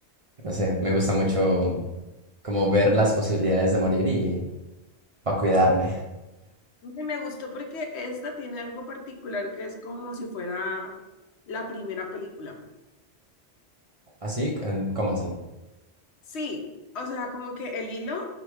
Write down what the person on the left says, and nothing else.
Y me gustó porque esta tiene algo particular que es como si fuera la primera película.
Sí, o sea, como que el hilo